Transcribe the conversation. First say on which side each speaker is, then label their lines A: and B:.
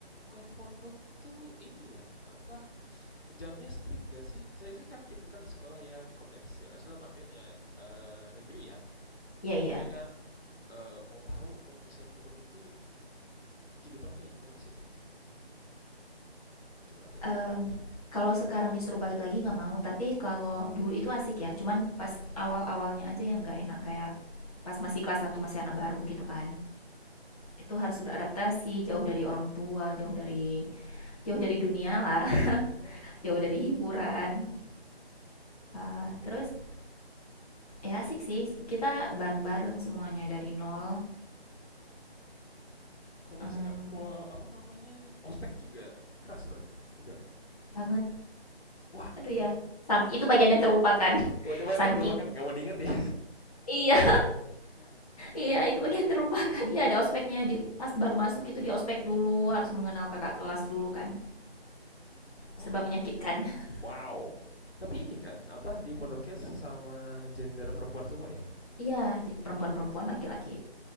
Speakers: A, on the left (about 70°); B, on the left (about 35°).
A: kalau pondok tuh ini ya apa jamnya strict gak sih saya sih kan tipikal di sekolah yang komersil asli dalam artian ya eh, negeri ya
B: Iya iya.
A: jadi kan eh, mau tahu kalau misal di pondok tuh kehidupannya kayak gimana sih teh aku nggak ada
B: Mmm,
A: bayangan eh
B: kalau sekarang disuruh balik lagi nggak mau, tapi kalau dulu itu asik ya, cuman pas awal-awalnya aja yang nggak enak, kayak pas masih kelas satu masih anak baru gitu kan. Itu harus beradaptasi, jauh dari orang tua, jauh dari jauh dari dunia lah, <laughs>
A: <laughs> wah
B: jauh dari hiburan. Eee, terus ya asik sih, kita bareng-bareng semuanya dari nol,
A: kalau nggak
B: mmm,
A: salah plo- apa namanya ospek juga keras berarti enggak
B: banget.
A: wah
B: Aduh ya, sam itu bagian yang terlupakan, <laughs>
A: Wah, itu
B: saking
A: mah- nggak mau diinget ya.
B: iya. Iya, itu bagian terlupakan. Iya, ada ospeknya di pas baru masuk itu di ospek dulu, harus mengenal kakak kelas dulu kan.
A: <laughs> wah
B: Serba menyakitkan. <laughs>
A: Wow. Tapi ini kan apa di pondoknya sama gender perempuan semua ya?
B: Iya, perempuan-perempuan laki-laki.